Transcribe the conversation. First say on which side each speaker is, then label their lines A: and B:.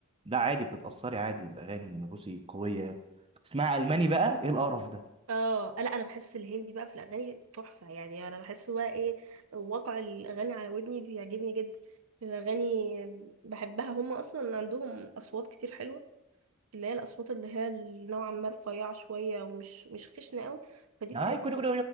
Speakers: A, on the right; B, on the right.
A: ده عادي بتتاثري عادي الاغاني الروسي قويه قوي تسمعي الماني بقى ايه القرف ده
B: اه لا انا بحس الهندي بقى في الاغاني تحفه يعني انا بحس بقى ايه واقع الاغاني على ودني بيعجبني جدا الاغاني بحبها هم اصلا عندهم اصوات كتير حلوه اللي هي الاصوات اللي هي نوعا ما رفيعه شويه ومش مش خشنه قوي فدي بتبقى
A: هاي كل كل